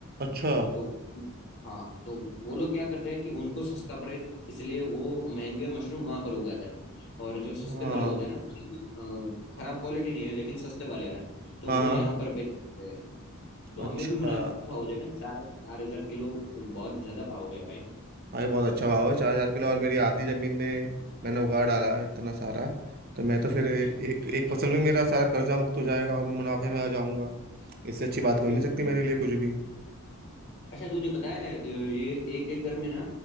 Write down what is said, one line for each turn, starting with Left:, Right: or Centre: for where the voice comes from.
Right: अच्छा
Left: तो हाँ तो वो लोग क्या करते हैं कि उनको सस्ता पड़े इसलिए वो महंगे मशरूम वहां पर उगाते हैं और जो सस्ते
Right: हाँ
Left: वाले होते हैं ना मतलब अ, खराब क्वालिटी नहीं है लेकिन सस्ते वाले हैं तो
Right: हाँ
Left: वो
Right: हाँ,
Left: यहाँ पर बेचते हैं तो हमें
Right: अच्छा
Left: भी मुनाफा हो जाएगा ना चार चार हजार किलो बहुत ज्यादा भाव हो गया भाई
Right: भाई बहुत अच्छा भाव है चार हजार किलो और मेरी आधी जमीन में मैंने उगा डाला है इतना सारा तो मैं तो फिर एक
Left: अच्छा
Right: एक फसल में मेरा सारा कर्जा मुक्त हो जाएगा और मैं मुनाफे में आ जाऊंगा इससे अच्छी बात हो
Left: बिल्कुल
Right: ही नहीं सकती
Left: बिल्कुल
Right: मेरे लिए कुछ भी
Left: अच्छा तुझे पता है ये एक एकड़ में ना